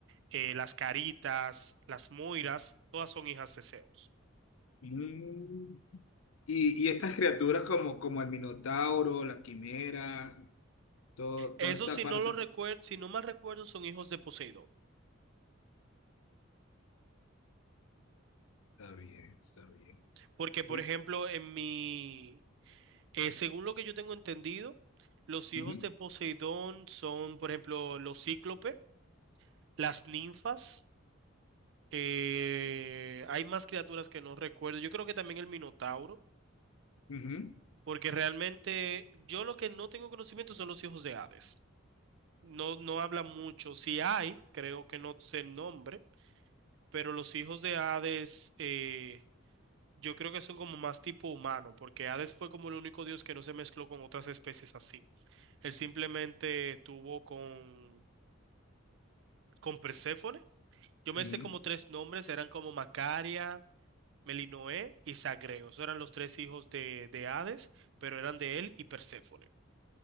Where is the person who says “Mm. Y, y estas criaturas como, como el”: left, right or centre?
Left